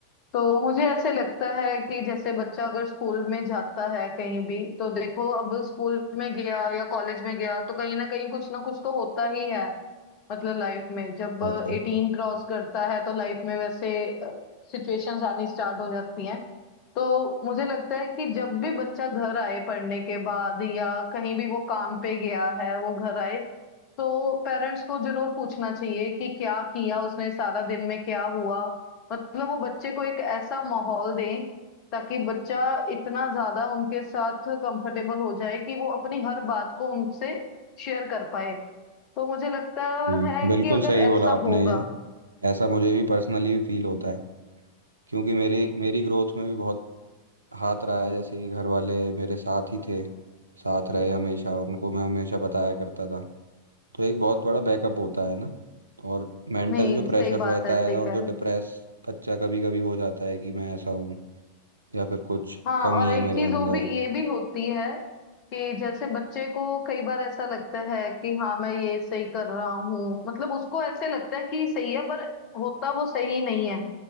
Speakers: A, on the left (about 40°); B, on the right (about 80°).
A: तो मुझे ऐसे लगता है कि जैसे बच्चा अगर स्कूल में जाता है कहीं भी तो देखो अब स्कूल में गया या कॉलेज में गया तो कहीं ना कहीं कुछ ना कुछ तो होता ही है मतलब लाइफ में जब
B: बात है
A: एटीन क्रॉस करता है तो लाइफ में वैसे सिचुएशंस आनी स्टार्ट हो जाती हैं तो मुझे लगता है कि जब भी बच्चा घर आए पढ़ने के बाद या कहीं भी वो काम पे गया है वो घर आए तो पेरेंट्स को जरूर पूछना चाहिए कि क्या किया उसने सारा दिन में क्या हुआ मतलब वो बच्चे को एक ऐसा माहौल दें ताकि बच्चा इतना ज्यादा उनके साथ कंफर्टेबल हो जाए कि वो अपनी हर बात को उनसे शेयर कर पाए तो मुझे लगता
B: जी
A: है
B: बिल्कुल
A: कि अगर
B: सही बोला
A: ऐसा
B: आपने
A: होगा
B: ये ऐसा मुझे भी पर्सनली फील होता है क्योंकि मेरी मेरी ग्रोथ में भी बहुत हाथ रहा है जैसे कि घर वाले मेरे साथ ही थे साथ रहे हमेशा उनको मैं हमेशा बताया करता था तो एक बहुत बड़ा बैकअप होता है ना और मेंटल
A: नहीं
B: जो प्रेशर
A: सही
B: रहता
A: बात है सही
B: है और
A: कह
B: जो
A: रहे हो
B: डिप्रेस बच्चा कभी कभी हो जाता है कि मैं ऐसा हूँ या फिर कुछ
A: हाँ
B: कमी
A: और
B: है
A: एक
B: मेरे
A: चीज
B: अंदर
A: वो भी ये भी होती है कि जैसे बच्चे को कई बार ऐसा लगता है कि हाँ मैं ये सही कर रहा हूँ मतलब उसको ऐसे लगता है कि सही है पर होता वो सही नहीं है